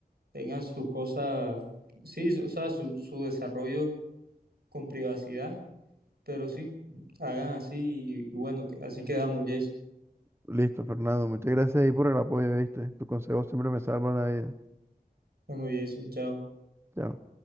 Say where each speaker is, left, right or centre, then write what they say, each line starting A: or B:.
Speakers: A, on the right; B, on the right.
A: tengan sus cosas, sí, o sea, su, su desarrollo con privacidad, pero sí, hagan así y, y bueno, que- así quedamos, Jason.
B: Listo, Fernando, muchas gracias ahí por el apoyo, ¿viste? Tus consejos siempre me salvan la vida.
A: Bueno, Jason, chao.
B: Chao.